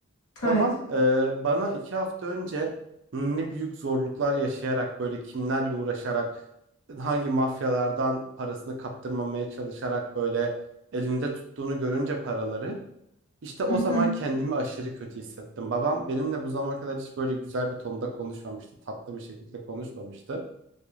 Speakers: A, on the left (about 70°); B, on the right (about 55°).
A: Evet.
B: Babam e, bana iki hafta önce ne büyük zorluklar yaşayarak böyle kimlerle uğraşarak hangi mafyalardan parasını kaptırmamaya çalışarak böyle elinde tuttuğunu görünce paraları işte o
A: Hı hı.
B: zaman kendimi aşırı kötü hissettim. Babam benimle bu zamana kadar hiç böyle güzel bir tonda konuşmamıştı. Tatlı bir şekilde konuşmamıştı.